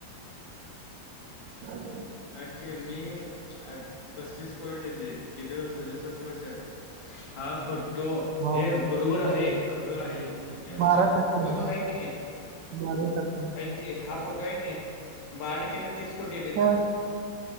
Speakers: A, on the right (about 70°); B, on the left (about 75°).
A: <inaudible>
B: ओके मी आज पस्तीस करोड केलते. किती वे सदुसष्ट वर्षात हा फोटो
A: हा
B: हे बरोबर आहे. खरं आहे. यात
A: बारा
B: काय
A: टक्के
B: अ
A: ना
B: बघ ऐक की
A: <inaudible> बारा टक्के
B: ऐक की हा फोटो आहे ना बारा टक्केने तीस कोटी येते
A: हा,
B: ना?